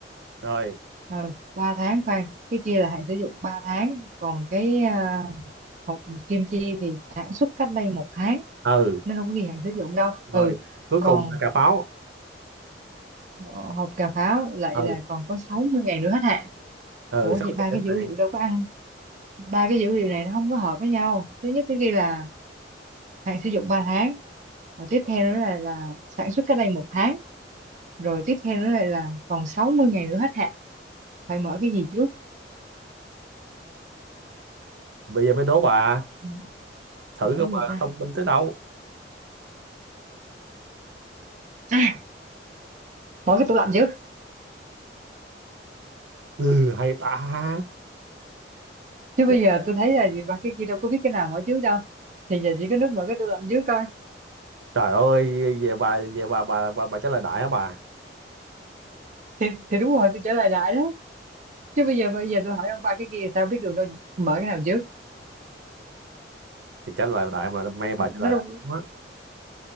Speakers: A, on the right; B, on the right.
A: rồi
B: à, 3 tháng khoan cái kia là hạn sử dụng 3 tháng còn cái à, hộp kim chi thì sản xuất cách đây một tháng
A: ừ
B: nó đâu có ghi hạn sử dụng đâu
A: rồi
B: ừ
A: cuối
B: còn
A: cùng là cà pháo
B: ờ, hộp cà pháo lại
A: ừ
B: là còn có 60 ngày nữa hết hạn
A: ừ
B: ủa
A: sắp
B: vậy ba
A: kẹt đến
B: cái dữ
A: hạn
B: liệu đâu có ăn ba cái dữ liệu này nó không có hợp với nhau thứ nhất cái ghi là hạn sử dụng 3 tháng và tiếp theo nữa là là sản xuất cách đây một tháng rồi tiếp theo nữa lại là còn 60 ngày nữa hết hạn phải mở cái gì trước
A: bây giờ mới đố bà
B: Ừ,
A: thử
B: mở
A: coi
B: cái gì
A: bà
B: ta
A: thông minh tới đâu
B: à, mở cái tủ lạnh trước
A: ừ hay ta
B: chứ
A: dạ.
B: bây giờ tôi thấy là gì ba cái kia đâu có biết cái nào mở trước đâu thì giờ chỉ có nước mở cái tủ lạnh trước coi
A: trời ơi về bà về bà bà bà, bà trả lời đại hả bà
B: thì, thì đúng rồi tôi trả lời đại đó chứ bây giờ bây giờ tôi hỏi ông ba cái kia sao biết được đâu mở cái nào trước
A: thì trả lời đại mà may
B: nó
A: bà trả lời
B: đâu,
A: đại đúng á.